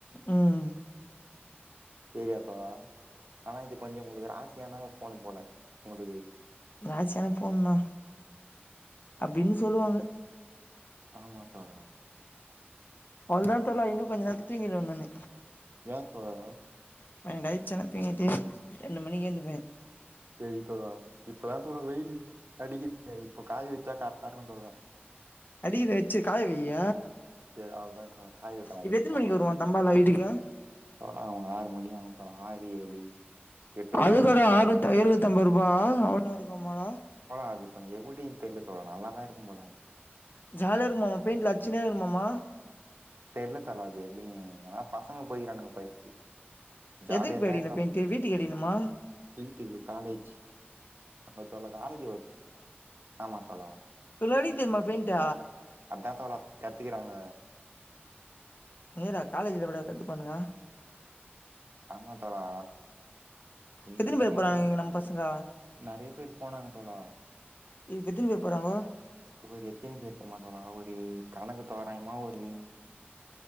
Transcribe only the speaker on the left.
உம்
ராசியான ஃபோன் தா அப்டின்னு சொல்லுவாங்க
அவ்ளோதா தோழா இன்னு கொஞ்ச நேரத்துல தூங்கிருவ நானு
பன்னென்டு ஆய்ச்சினா தூங்கிட்டு ரெண்டு மணிக்கு எந்துப்பே
அடிக்குது வச்சி காய வைய
இப்போ
எத்தினி
மணிக்கி வருவா தம்பால் வீட்டுக்க
அதுக்காடா
ஆற்நூத் ஏழ்நூத்தம்பது ரூபா அவ்ளோலா இருக்குமாடா
ஜாலியா இருக்குமமா பெயிண்ல அச்சினே இருக்குமமா
எதுக்கு பா அடிக்கணு
பெயிண்ட்டு வீட்டுக்கு அடிக்கணுமா
இவ்ள அலித் தெர்மா பெயின்ட
நேரா காலேஜ்ல எப்படா கத்துப்பானுங்க
எத்தினி
பேர்
போறாங்க இங்க நம்ம பசங்க
இதுக்கு எத்தினி பேர் போறாங்கோ